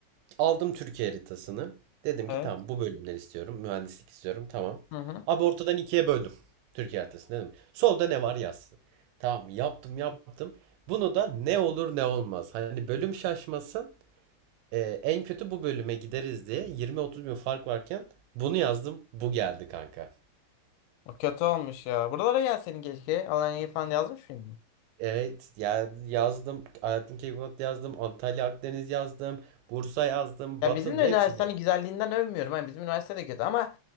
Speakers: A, on the right (about 85°); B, on the left (about 85°).
A: Aldım Türkiye haritasını. Dedim ki
B: Evet.
A: tamam bu bölümleri istiyorum. Mühendislik istiyorum. Tamam.
B: Hı hı.
A: Abi ortadan ikiye böldüm. Türkiye haritasını dedim. Solda ne var yaz. Tamam yaptım yaptım. Bunu da ne olur ne olmaz. Hani bölüm şaşmasın. e, en kötü bu bölüme gideriz diye 20-30 bin fark varken bunu yazdım. Bu geldi kanka.
B: O kötü olmuş ya. Buralara gel senin keşke. Alanya'yı falan yazmış mıydın?
A: Evet ya yazdım. Alaaddin Keykubat yazdım. Antalya Akdeniz yazdım. Bursa yazdım.
B: Ya
A: Batın
B: bizim de
A: hepsini
B: üniversitenin güzelliğinden övmüyorum. Yani bizim üniversite de kötü ama